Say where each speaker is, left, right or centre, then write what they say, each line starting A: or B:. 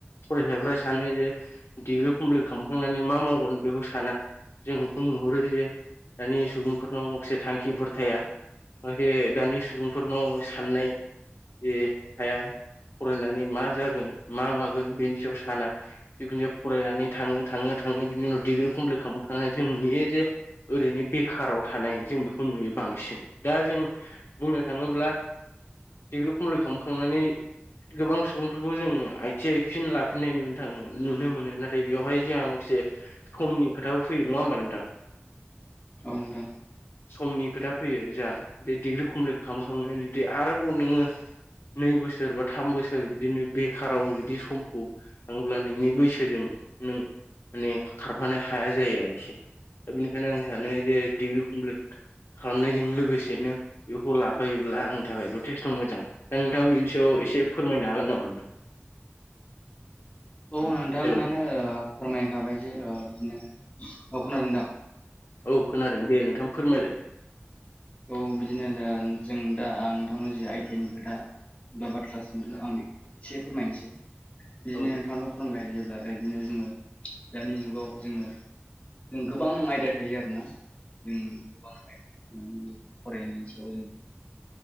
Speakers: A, on the left; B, on the left.
A: फरायसाफ्रा सानो जे डिग्रि कमप्लिट खालामखांनानै मा मावगोन बेखौ साना जों बेखौ नुहुरो जे दानि सुबुंफोरनाव माखासे थांखिफोर थाया। माखासे दानि सुबुंफोरनाव साननाय जे थाया फरायनानै मा जागोन मा मागोन बेनि सायाव साना। जिखुनज फरायनानै थाङो - थाङो - थाङो बिनि उनाव डिग्रि कमप्लिट खालाम <unintelligible> जों नुयो जे ओरैनो बेखाराव थानाय जों बेखौ नुयो बांसिन दा जों बुंनो थाङोब्ला <unintelligible> खालामखांनानै गोबां सुबुंफोरखौ जों आथि आइ फिन लाफिननाय ननो थाङो नुनो मोनो नाथाय बेवहाय जोंहा माखासे समनि खोथाबो फैयो नङा होमबा नोंथां।
B: औ नोंथां
A: समनि खोथा फैयो जोहा बे डिग्रि कमप्लिट खालामखांनायनि जुदि आरोबाव नोङो नै बोसोर बा थाम बोसोर बिदिनो बेखाराव जुदि समखौ थाङोब्ला नोंनि बैसोजों नों माने खारफानो हाया जायो आरोखि दा बेनिखायनो आं सानो जे डिग्रि कमप्लिट खालामनायजों लोगोसेनो बेखौ लाफायोब्ला आंनि थाखाय जथेस्थ' मोजां दा नोंथाङा बिनि सायाव एसे फोरमायनो हागोन नामा नोंथां।
B: <inaudible> औ नोंथाङानो
A: हेलौ
B: ओ फोरमायखाबाय जे ओ बिदिनो औ खोनादोंदा।
A: औ खोनादों दे नोंथां फोरमायलाय।
B: औ बिदिनो दा जों दा आं नोंथांनाव जि आइटि आइ नि खोथा बा बाथ्रा सोंदों आं एसे फोरमायनोसै बिदिनो
A: औ
B: नोंथांनाव फोरोंबाय जेब्ला बिदिनो जोङो दानि जुगाव जोङो जों गोबां आयदा थायो आरोना जों गोबां आयदा फरायनायनि सायाव जों